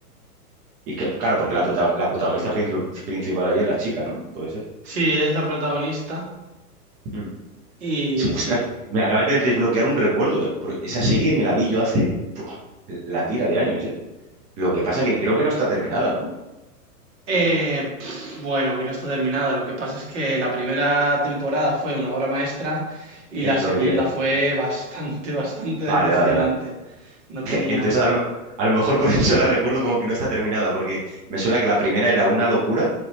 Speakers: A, on the right; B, on the right.
A: Y que, claro, porque la, prota- la protagonista princi- principal ahí es la chica, ¿no? Puede ser.
B: Sí, es la protagonista
A: Mm.
B: y
A: Es- Ostras,
B: sí,
A: me acabas de desbloquear un recuerdo, ¿eh? Porque esa serie me la vi yo hace ¡buah! la tira de años, ¿eh? Lo que pasa que creo que no está terminada, ¿no?
B: Eh, pf, bueno, que no está terminada. Lo que pasa es que la primera temporada fue una obra maestra y
A: Es
B: la segunda
A: lo que te iba a decir.
B: fue bastante, <laughs> bastante decepcionante.
A: Vale, vale, vale.
B: No tenía...
A: Entonces, a lo, a lo mejor por <laughs> eso la recuerdo como que no está terminada, porque me suena que la primera era una locura